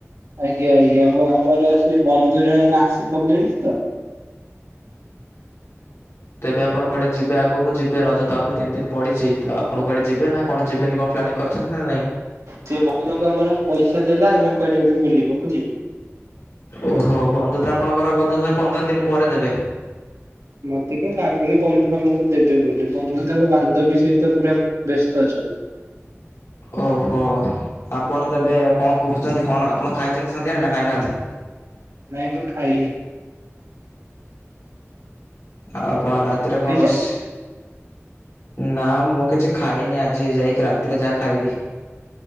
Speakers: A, on the right; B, on the left.
A: ଆଜ୍ଞା ଆଜ୍ଞା ମୁଁ ଆମର ସେ ବନ୍ଧୁ ଜଣକ ଆସି ପାରିଲେନି ତ।
B: ତେବେ ଆପଣ କୁଆଡେ ଯିବେ ଆଗକୁ ଯିବେ ରଜ ତ ଆଉରି ତିନି ଦିନ ପଡିଛି ତ ଆଣପ କୁଆଡେ ଯିବେ ନା କଣ ଯିବେନି କଣ ପ୍ଲାନିଂ କରି ଛନ୍ତି ନା ନାଇଁ।
A: ସେ ବନ୍ଧୁ ଙ୍କୁ ଆମର ପଇସା ଦେଲା ଆମେ କୁଆଡେ ଗୋଟେ ବୁଲିବାକୁ ଯିବୁ।
B: ଓହୋ ବନ୍ଧୁ ତ ଆପଣଙ୍କର ବୋଧ ହୁଏ ପନ୍ଦର ଦିନ ପରେ ଦେବେ।
A: ମତେ କାହିଁ ଲାଗୁନି ବନ୍ଧୁ ଆମକୁ ଦେବେ ବୋଲି ବନ୍ଧୁ ତାଙ୍କ ବାନ୍ଧବୀ ସହିତ ପୁରା। ବେସ୍ତ ଅଛନ୍ତି।
B: ଓହୋ ଆପଣ ତେବେ କଣ କୂହୁଛନ୍ତି କଣ ଆପଣ ଖାଇଛନ୍ତି ସନ୍ଧ୍ୟାରେ ନା ଖାଇ ନାହାନ୍ତି?
A: ନାଇଁ ମୁଁ ଖାଇନି।
B: ଆଉ ଆପଣ ରାତିରେ କଣ
A: ଖାଇଛନ୍ତି?
B: ରୋଷ୍ ନା ମୁଁ କିଛି ଖାଇନି ଆଜି ଯାଇକି ରାତିରେ ଯାହା ଖାଇବି।